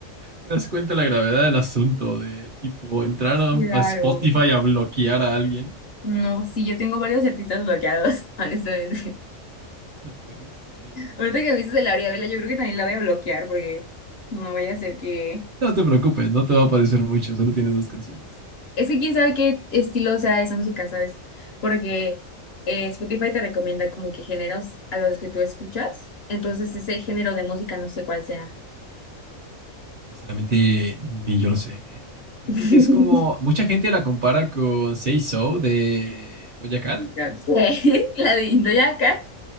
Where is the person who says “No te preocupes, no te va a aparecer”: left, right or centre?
Right